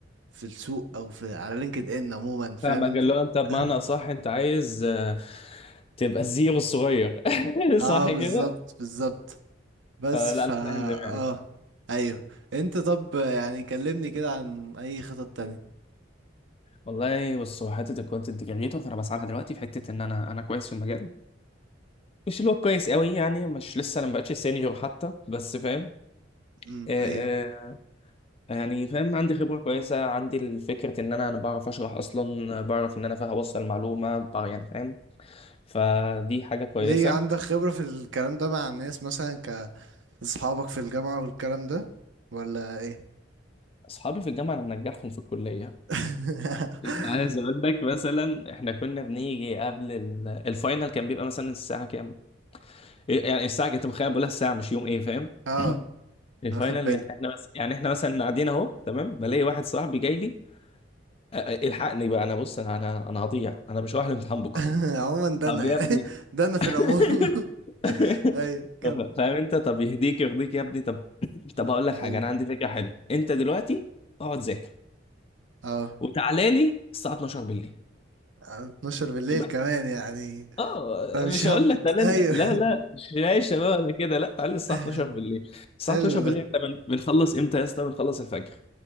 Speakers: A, on the right; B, on the left.
A: في السوق أو في على لينكد إن عموما فاهم
B: فاهمك
A: أنت؟
B: اللي هو انت بمعنى
A: آه
B: صح انت عايز آه، تبقى الزيرو الصغير <laughs> صح
A: آه، بالظبط
B: كده
A: بالظبط بس
B: فلا انا
A: فا
B: فاهم دماغك
A: آه أيوه أنت طب يعني كلمني كده عن أي خطط تانية
B: والله بص هو حته الكونتنت جنريتور فانا بسعى لها دلوقتي في حته ان انا انا كويس في المجال مش اللي هو كويس قوي يعني مش لسه انا ما بقتش سينيور حتى بس فاهم
A: امم
B: آه،
A: ايوه
B: آه، يعني فاهم عندي خبره كويسه عندي الفكره ان انا انا بعرف اشرح اصلا بعرف ان انا فاهم اوصل معلومه بع- يعني فاهم فدي حاجه كويسه
A: ليه عندك خبرة في الكلام ده مع الناس مثلا ك اصحابك في الجامعة والكلام ده ولا ايه
B: اصحابي في الجامعه انا منجحهم في الكليه
A: <laughs>
B: يعني عايز اقول لك مثلا احنا كنا بنيجي قبل ال- الفاينل كان بيبقى مثلا الساعه كام إيه يعني الساعه كنت متخيل بقولها الساعه مش يوم ايه فاهم
A: اه
B: <clears throat> الفاينل
A: واخد بالي
B: يعني احنا بس يعني احنا مثلا قاعدين اهو تمام بلاقي واحد صاحبي جاي لي أ- أ- الحقني بقى انا بص انا انا هضيع انا مش رايح الامتحان بكره
A: <laughs> عموما ده
B: طب
A: انا
B: يا
A: يعني
B: ابني
A: <laughs> ده انا في
B: <laughs>
A: العموم <laughs> ايوه كمل
B: فاهم انت طب يهديك يرضيك يا ابني طب طب هقول لك حاجه
A: ايوه
B: انا عندي فكره حلوه انت دلوقتي اقعد ذاكر
A: اه
B: وتعالى لي الساعه 12 بالليل
A: 12 بالليل
B: <clears throat>
A: كمان يعني
B: اه
A: فمش
B: مش
A: همك
B: هقول لك تعالى
A: ايوه
B: لا لا لا مش يا شباب انا كده لا تعالى الساعه
A: <laughs>
B: 12 بالليل الساعه
A: حلو
B: 12 بالليل
A: ده
B: احنا بن- بنخلص امتى يا اسطى بنخلص الفجر